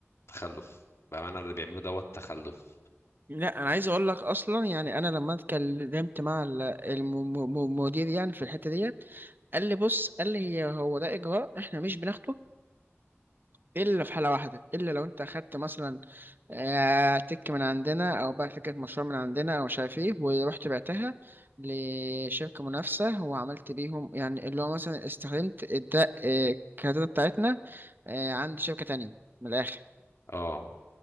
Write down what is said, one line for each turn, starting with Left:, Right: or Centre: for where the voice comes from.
Left: تخلف بأمانة اللي بيعملوا دوت تخلف
Right: لا انا عايز اقول لك اصلا يعني انا لما اتكلمت مع ال- الم- م- م- المدير يعني في الحته ديت قال لي بص قال لي هي- هو ده اجراء احنا مش بناخده الا في حاله واحده الا لو انت اخدت مثلا آه، تك من عندنا او بقى فكره مشروع من عندنا او مش عارف ايه ورحت بعتها لشركه منافسه وعملت بيهم يعني اللي هو مثلا استخدمت الدا آه، الكادات بتاعتنا آه، عند شركه تانية من الاخر
Left: اه